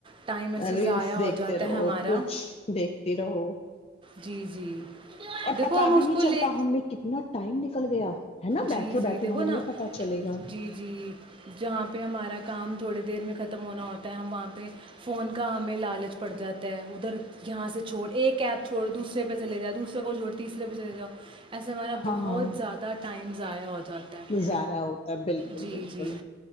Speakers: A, on the right; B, on the left.
A: ٹائم ایسے
B: ریلس
A: ضائع ہو
B: دیکتے
A: جاتا
B: رہو
A: ہے ہمارا
B: کچھ دیکھتی رہو ہ <inaudible>
A: جی جی
B: اور
A: دیکھو
B: پتا
A: ہم
B: بھی
A: اس
B: نہیں
A: کو لے
B: چلتا ہمیں کتنا ٹائم ن نکل گیا ہے نا بیٹھے
A: جی
B: بیٹھے
A: جی دیکھو
B: ہمیں نہیں
A: نا
B: پتا چلے گا
A: جی جی جہاں پہ ہمارا کام تھوڑی دیر میں ختم ہونا ہوتا ہے ہم وہاں پہ فون کا ہمیں لالچ پڑ جاتا ہے ادھر یہاں سے چھوڑ ایک ایپ چھوڑ دوسرے پہ چلے جاؤ دوسرے کو چھوڑ تیسرے پہ چلے جاؤ ایسے ہمارا
B: ہاں
A: بہت زیادہ ائم جا ہو جاتا ہے
B: ضائع ہوتا ہے بالکل
A: جی
B: بالکل
A: جی